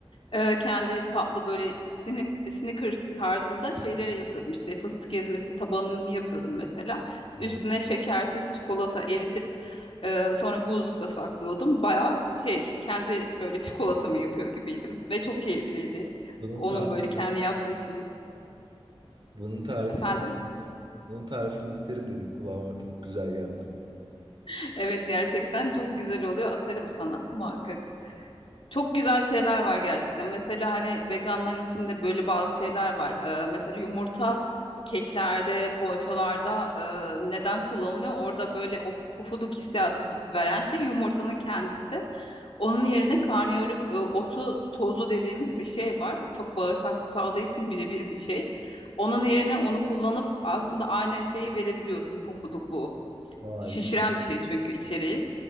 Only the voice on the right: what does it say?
Evet.
Bunun
tarifini,
bunun tarifini,
bunun tarifini isterim dedim kulağıma çok güzel geldi.
Vay
bil-